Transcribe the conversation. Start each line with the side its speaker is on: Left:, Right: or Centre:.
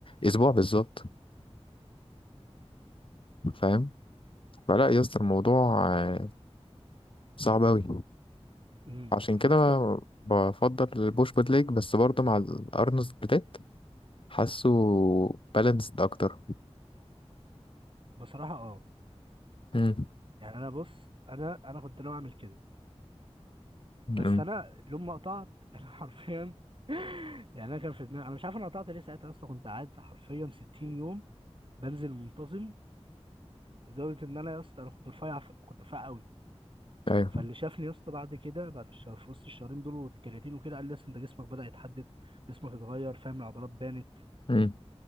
Left: اسبوع بالظبط فاهم فلا يا اسطى الموضوع آه، صعب اوي
Right: امم
Left: عشان كده
Right: انا يا اسطى
Left: بفضل البوش بود ليج بس برضه مع الارنولد سبليت حاسه بالانسد اكتر
Right: بصراحه اه
Left: امم
Right: يعني انا بص انا انا كنت ناوي اعمل كده بس
Left: امم
Right: انا لما ما قطعت <laughs> انا حرفيا <laughs> يعني انا كان في دماغي انا مش عارف انا قطعت ليه ساعتها يا اسطى كنت قاعد حرفيا 60 يوم بنزل منتظم لدرجه ان انا يا اسطى انا كنت رفيع كنت رفيع قوي
Left: ايوه
Right: فاللي شافني يا اسطى بعد كده بعد الشهر في وسط الشهرين دول والكرياتين وكده قال لي اصل انت جسمك بدأ يتحدد جسمك اتغير فاهم العضلات بانت
Left: امم